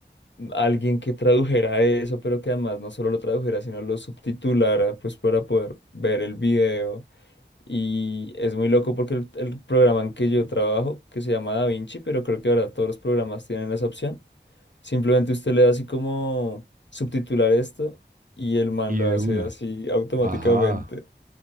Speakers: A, on the left; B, on the right.
A: alguien que tradujera eso, pero que además no solo lo tradujera, sino lo subtitulara, pues para poder ver el video. Y es muy loco porque el, el programa en que yo trabajo, que se llama DaVinci, pero creo que ahora todos los programas tienen esa opción. Simplemente usted le da así como subtitular esto y el man
B: Y
A: lo
B: de
A: hace
B: una.
A: así automáticamente.
B: Ajá,